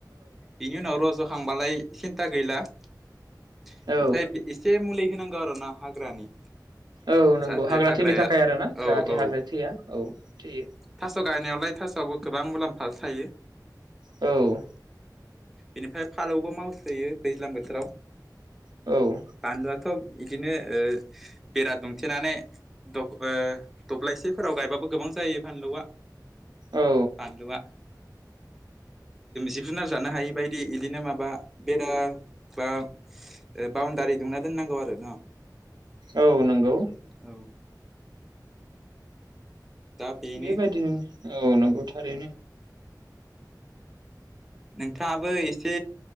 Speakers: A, in the centre; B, on the right.
A: बिनि उनाव रज'खांबालाय सिन्था गैला ओमफ्राय
B: औ
A: एसे मुलि होनांगौ आरो ना हाग्रानि
B: औ नंगौ
A: जाहाथे
B: हाग्रा
A: हाग्राया
B: थैनो थाखाय आरो ना
A: औ
B: जाहाथे
A: औ
B: हाग्रााया थैया औ थैयो
A: थास' गायनायावलाय थास'आवबो गोबां मुलाम्फा थायो
B: औ
A: बिनिफ्राय फालौबो मावसोयो दैज्लां बोथोराव
B: औ
A: बानलुआथ' बिदिनो बेरा दुंथेनानै दब्लायसेफोराव गायबाबो गोबां जायो फानलुआ
B: औ
A: बानलुआ <unintelligible> जुनार जानो हायि बायदि बिदिनो माबा बेरा बा बाउणडारि दुंना दोननांगौ आरोना न
B: औ नंगौ
A: औ दा बेनो
B: बेबायदिनो औ नंगौ थारैनो
A: नोंथांङाबो एसे